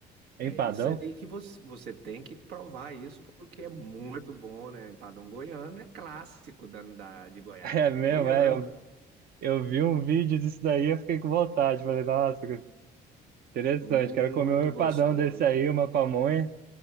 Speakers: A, on the right; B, on the right.
A: Empadão?
B: é isso aí
A: <laughs>
B: que você, você tem que provar isso porque é muito bom, né? Empadão goiano é clássico da, da- de Goiás,
A: É mesmo,
B: né? Goiano,
A: é, eu, eu vi um vídeo disso daí, eu fiquei com vontade, falei, nossa, Interessante,
B: muito
A: quero comer um empadão
B: gostoso.
A: desse aí, uma pamonha.